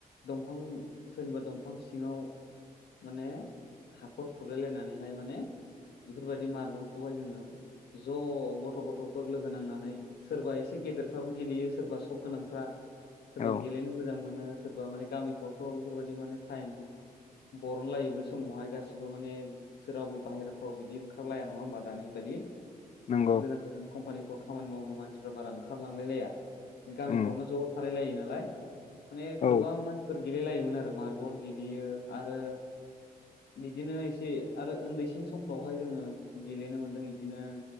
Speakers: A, on the left; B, on the left.
A: दंफां सोरनिबा दंफां सिङाव माने हाखर थुलायलायनानैहाय माने बेफोरबायदि मार्बलखौहाय जोङो ज' ग थ' गथ'फोर लोगो नांनानै सोरबा एसे गेदेरफ्राबो गेलेयो सोरबा सब गोनांफ्रा सोरबा
B: औ
A: गेलेनो मोजां मोनो सोरबा माने गामिफ्रावथ' बेफोरबायदि माने टाइम बरन लायो बै समावहाय गासिबो माने सोरहावाबो बाहेरफ्राव बिदि ओंखारलाया नङा होमबा दानि बाय दि
B: नंगौ
A: ओ गो खामानिफ्राव खामानि मावनो मानसिफ्रा बारा ओंखारलांलाय लाया बे गामिफ्रावनो
B: उम
A: ज' थालाय लायो नालाय माने
B: औ
A: गोबां मानसिफोर गेलेलायोमोन आरो मारबल गेलेयो आरो बिदिनो एसे आरो उन्दैसिन समफ्रावहाय जोङो गेलेनो मोनदों बिदिनो